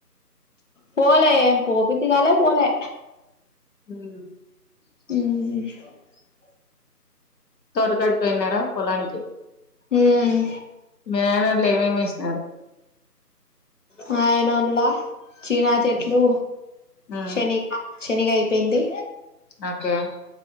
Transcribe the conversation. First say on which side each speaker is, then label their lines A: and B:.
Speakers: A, on the left; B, on the left.
A: పోలే పోబుద్ది కాలే పోలే
B: ఉమ్
A: మ్మ్
B: తోటకాడికి పోయిన్నారా పొలానికి
A: ఉమ్
B: మీ నాయన వోళ్ళు ఏమేమి వేసినారు
A: మా నాయనోళ్ళ చీనా చెట్లు
B: ఉమ్
A: శెనికా శెనిగ అయిపేంది
B: ఓకే